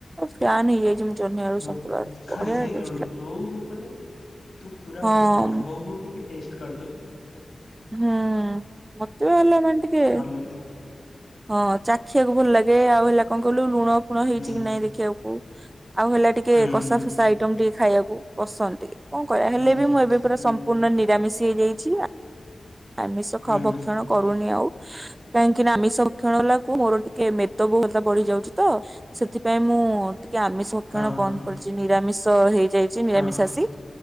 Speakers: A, on the right; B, on the left.
A: ଫ୍ୟାନ୍ ହେଇଯାଇଛି ମୁଁ। ଜନ୍ନି ଆଳୁ
B: ମୁଁ
A: ସନ୍ତୁଳା
B: ଖାଇସାରିଲୁଣି
A: ଭଡ଼ିଆ କ
B: ହଉ ହଉ ବୋଧେ ତୁ ପୁରା
A: ହଁ।
B: ମୋ ପୁଣିଆ ହଉ ହଉ ଟିକେ ଟେଷ୍ଟ କରିଦବୁ
A: ହୁଁ ମତେ ବି ଭଲ ମାନ ଟିକେ
B: ଲାଗି
A: ହଁ ଚାଖିଆକୁ ଭଲ ଲାଗେ ଆଉ ହେଲା କଣ କି ଲୁଣ ଲୁଣ ହେଇଛି
B: ହୁଁ
A: କି ନାଇଁ ଦେଖିବାକୁ ଆଉ ହେଲା ଟିକେ
B: ହୁଁ।
A: କସା ଫସା ଏଇ ଟିମ ଟିକେ ଖାଇବାକୁ ପସନ୍ଦ ଟିକେ କଣ କରିବା
B: ହୁଁ
A: ହେଲେ ବି ମୁଁ ଏବେ ପୁରା
B: ହୁଁ
A: ସମ୍ପୂର୍ଣ୍ଣ ନିରାମିଷ ହେଇଯାଇଛି। ଆମିଷ
B: ହୁଁ
A: ଖା ଭକ୍ଷଣ କରୁନି ଆଉ କାହିଁକି ନା ଆମି ଭକ୍ଷଣ ହେଲାକୁ ମୋର ଟିକେ ମେଦ ବହୁଳତା ବଢି ଯାଉଛି ତ ସେଥିପାଇଁ ମୁଁ ଟିକେ ଆମିଷ ଭକ୍ଷଣ
B: ହଁ
A: ବନ୍ଦ କରିଛି ନିରାମିଷ ହେଇଯାଇଛି ନିରାମିଷ
B: ହଁ
A: ଆସି